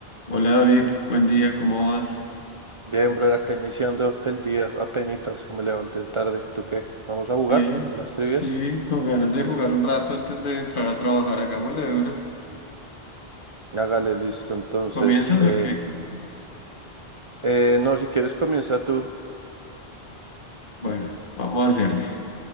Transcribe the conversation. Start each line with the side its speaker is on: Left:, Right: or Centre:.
Left: Hola David, buen día, ¿cómo vas?
Right: Bien, bro, acá iniciando el día, apenitas, y me levanté tarde. ¿Tú qué? ¿Vamos a jugar
Left: Bien,
Right: unas trivias?
Left: sí, con ganas de jugar un rato antes de entrar a trabajar, hagámosle de una.
Right: Hágale, listo, entonces.
Left: ¿Comienzas
Right: Eh,
Left: o qué?
Right: eh, no, si quieres comienza tú.
Left: Bueno, vamos a hacerle.